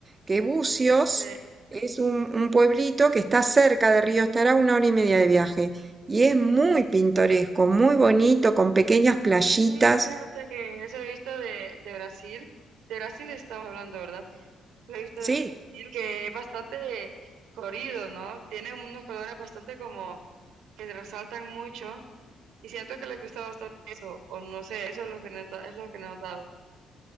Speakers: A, on the right; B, on the right.
A: Que Bucios
B: Okay.
A: es un, un pueblito que está cerca de Río, estará a una hora y media de viaje. Y es muy pintoresco, muy bonito, con pequeñas playitas.
B: Sí, fíjate que eso he visto de, de Brasil, de Brasil estamos hablando, ¿verdad? Lo he visto
A: Sí,
B: de Brasil, que es bastante corrido, ¿no? Tiene unos colores bastante como que resaltan mucho y siento que le gusta bastante eso, o no sé, eso es lo que he nota- es lo que he notado.